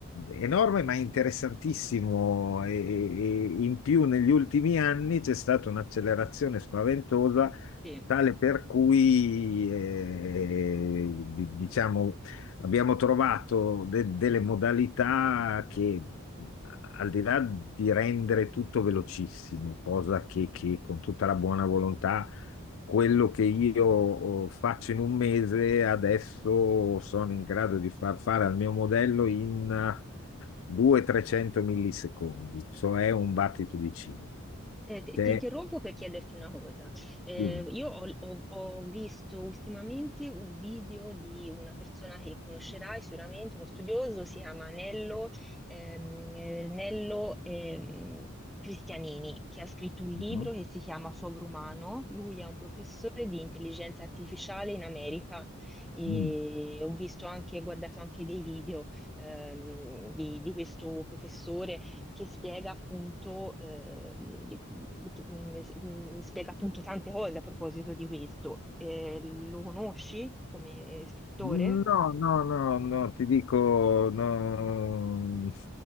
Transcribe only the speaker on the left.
enorme ma interessantissimo e, e- e in più negli ultimi anni c'è stata un'accelerazione spaventosa
Tale per cui, eh, di- diciamo, abbiamo trovato de- delle modalità che, al di là di rendere tutto velocissimo, cosa che, che con tutta la buona volontà, quello che io oh, faccio in un mese, adesso sono in grado di far fare al mio modello in eh, 200-300 millisecondi, cioè un battito di ciglia.
Cioè,
mm,
mm,
mm.
No, no, no, no, ti dico, no.